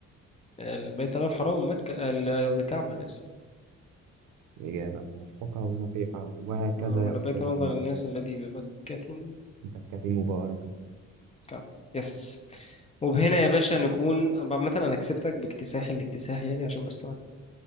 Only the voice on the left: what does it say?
البيت الله الحرام مكة ال- قصدي الكعبة أنا آسف
آه، ولا
بيت وضع
للناس الذي ببكة
كعبة يس وبهنا يا باشا نكون عامة أنا كسبتك باكتساح الاكتساح يعني عشان بس ما